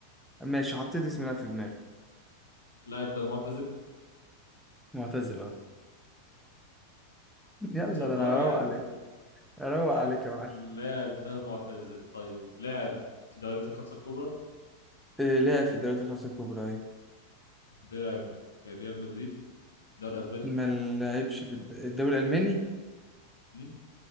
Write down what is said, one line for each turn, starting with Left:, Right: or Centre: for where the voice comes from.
Centre: ماشي حطيت اسم لاعب في دماغي
Left: اللاعب ده معتزل
Centre: معتزل اه يلا
Left: بتردها
Centre: ده انا
Left: لي
Centre: هروق
Left: يعني
Centre: عليك هروق عليك
Left: <laughs>
Centre: يا معلم
Left: اللاعب ده معتزل طيب لاعب في دوريات الخمسة الكبرى
Centre: آه، لعب في الدوريات الخمسة الكبرى أيوة
Left: لاعب في ريال مدريد الدوري الاسباني
Centre: ما لعبش في الد- الدوري الألماني
Left: مم؟